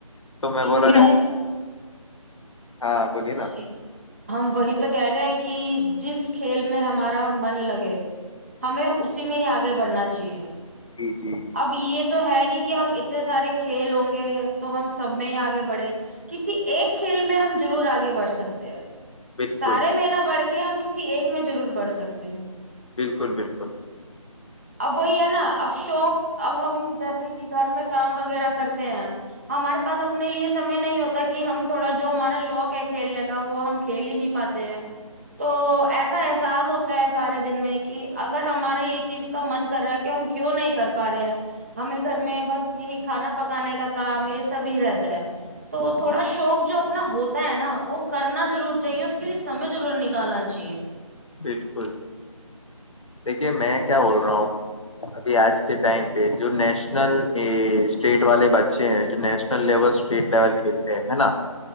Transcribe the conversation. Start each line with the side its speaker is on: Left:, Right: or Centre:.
Left: تو
Right: کہ
Left: میں بولا
Right: ہمیں
Left: ہاں بولیے نا
Right: جی ہم وہی تو کہہ رہے ہیں کہ جس کھیل میں ہمارا من لگے ہمیں اسی میں ہی آگے بڑھنا چاہیے
Left: جی جی جی
Right: اب یہ تو ہے نہیں کہ ہم اتنے سارے کھیل ہوں گے تو ہم سب میں ہی آگے بڑھے کسی ایک کھیل میں ہم ضرور آگے بڑھ سکتے ہیں
Left: بالکل
Right: سارے مین پڑ کے کہ ہم کسی ایک میں ضرور پڑھ سکتے ہیں
Left: بالکل بالکل
Right: اب وہی ہے نا اب شوق اب ہم جیسے کہ گھر میں کام وغیرہ کرتے ہیں ہمارے پاس اپنے لیے سمے نہیں ہوتا کہ ہم تھوڑا جو ہمارا شوق ہے کھیلنے کا وہ ہم کھیل ہی نہیں پاتے ہیں تو ایسا احساس ہوتا ہے سارے دن میں کہ اگر ہمارا یہ چیز کا من کر رہا ہے کہ ہم کیوں نہیں کر پا رہے ہیں ہمیں گھر میں بس یہی کھانا پکانے کا کام یہ سبھی رہتا ہے تو تھوڑا شوق جو اپنا ہوتا تا ہے نا وہ کرنا ضرور چاہیے اس کے لیے سمے ضرور نکالنا چاہیے
Left: بالکل دیکھیے میں کیا بول رہا ہوں ابھی آج کے ٹائم پہ جو نیشنل اسٹیٹ والے بچے ہیں جو نیشنل لیول اسٹیٹ لیول کھیلتے ہیں ہے نا